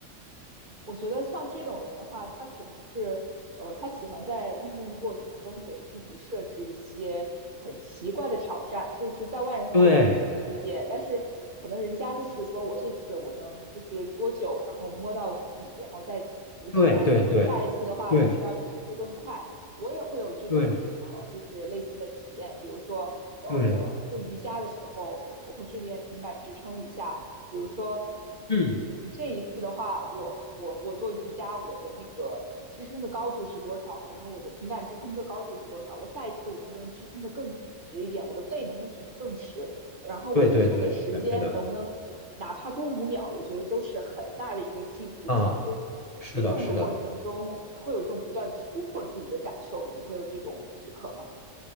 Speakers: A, on the right (about 40°); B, on the left (about 30°).
A: 我觉得像这种人的话，他可能是，呃，他喜欢在运动的过程中给自己设置一些很奇怪的挑战，就是在外人看来可能不理解，
B: 对，
A: 但是可能人家就是说我这次我能就是多久，然后摸到底，然后再浮起来，
B: 对，对，对，
A: 我下一次的话就是要比这次更快。
B: 对，
A: 我也会有这种呃，
B: 对，
A: 就是类似的体验，比如说，呃，
B: 对，
A: 我做瑜伽的时候，我会顺便平板支撑一下。比如说，
B: 嗯，
A: 嗯，这一次的话，我我我做瑜伽，我的那个支撑的高度是多少？然后我的平板支撑的高度是多少？我下一次我能不能支撑的更直一点？我的背能不能挺得更直？然后我支撑的时间能不能哪怕多五秒？
B: 对，对，对，是的，是的，
A: 我觉得都是很大的一个进步。
B: 啊，
A: 其实
B: 是的，
A: 运动的过程中会有这种不断突破自己的感受，
B: 是的。
A: 你会有这种时刻吗？